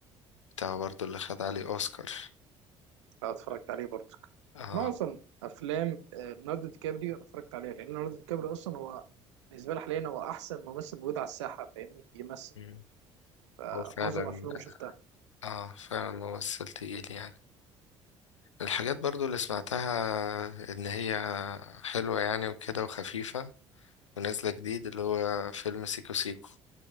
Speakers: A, on the left; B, on the right.
A: بتاع برضو اللي خد عليه أوسكار
B: لو اتفرجت عليه برضك
A: اه
B: معظم افلام آه، ليوناردو دي كابريو انا اتفرجت عليها لان ليوناردو دي كابريو اصلا هو بالنسبة لي حاليا هو احسن ممثل موجود على الساحة فاهمني بيمثل
A: مم.
B: آه،
A: هو فعلا
B: معظم افلامه شفتها
A: اه فعلا ممثل تقيل يعني الحاجات برضو اللي سمعتها ان هي حلوة يعني وكده وخفيفة ونازلة جديد اللي هو فيلم سيكو سيكو